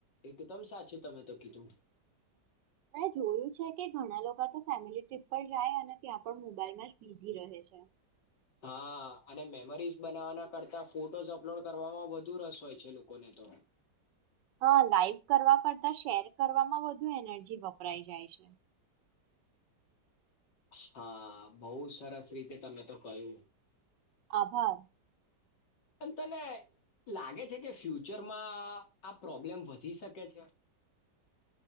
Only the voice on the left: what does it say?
એકદમ સાચું તમે તો કીધું
હા અને મેમરીઝ બનાવવાના કરતા ફોટોઝ અપલોડ કરવામાં વધુ રસ હોય છે લોકોને તો
હા બહુ સરસ રીતે તમે તો કહું
અને તને લાગે છે કે ફ્યુચરમાં આ પ્રોબ્લેમ વધી શકે છે